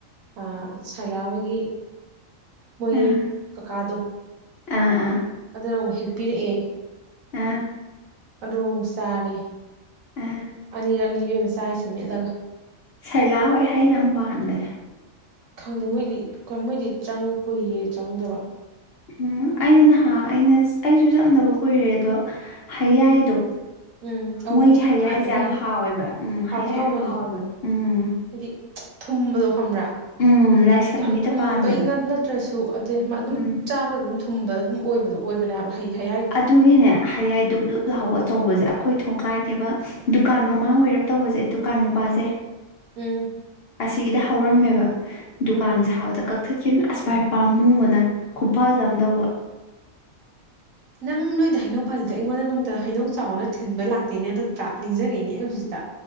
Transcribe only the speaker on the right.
ꯑ ꯁꯥꯏꯒꯔꯥ ꯍꯣꯏꯒꯤ ꯃꯣꯏ
ꯀꯥꯀꯥꯗꯣ
ꯑꯗꯨꯅ ꯑꯃꯨꯛ ꯍꯦꯛ ꯄꯤꯔꯛꯑꯦ
ꯑꯗꯣ ꯑꯃꯨꯛ ꯆꯥꯔꯦ
ꯏꯔꯛꯅꯤ ꯕꯦꯝꯃ ꯆꯥꯏꯁꯤ ꯃꯦꯠꯂꯒ
ꯈꯪꯗꯦ ꯃꯣꯏꯗꯤ ꯃꯣꯏꯗꯤ ꯆꯪ ꯀꯨꯏꯔꯦ ꯆꯪꯗꯕ
ꯎꯝ ꯑꯧ
ꯃꯣꯏꯗꯤ ꯌꯥꯝ
ꯄꯥꯟꯕꯅꯦ
ꯍꯥꯎꯁꯨ
ꯍꯥꯎꯕꯅꯦ
ꯍꯥꯏꯗꯤ ꯊꯨꯝꯕꯗꯣ ꯈꯪꯕ꯭ꯔꯥ
ꯌꯥꯝ ꯊꯨꯝꯃꯨꯄꯩ
ꯉꯛ ꯅꯠꯇ꯭ꯔꯁꯨ ꯑꯗꯩ ꯑꯗꯨꯝ
ꯆꯥꯕ ꯑꯗꯨꯝ ꯊꯨꯝꯕ ꯑꯗꯨꯝ ꯑꯣꯏꯕꯗꯣ ꯑꯣꯏꯕꯅꯦꯕ ꯍꯩ ꯍꯌꯥꯏꯗꯣ
ꯎꯝ
ꯎꯝ
ꯅꯪ ꯅꯣꯏꯗ ꯍꯩꯅꯧ ꯄꯥꯜꯂꯤꯗꯣ ꯑꯩꯉꯣꯟꯗ ꯅꯣꯡꯇ ꯍꯩꯅꯧ ꯆꯥꯎꯅ ꯊꯤꯟꯕ ꯂꯥꯛꯇꯦꯅꯦ ꯑꯗꯣ ꯇ ꯅꯤꯡꯖꯔꯩꯅꯦ ꯑꯩ ꯍꯧꯖꯤꯛꯇ